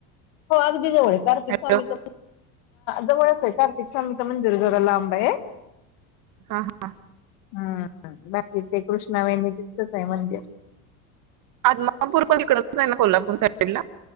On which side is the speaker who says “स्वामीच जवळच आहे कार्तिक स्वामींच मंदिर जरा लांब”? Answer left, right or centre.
Left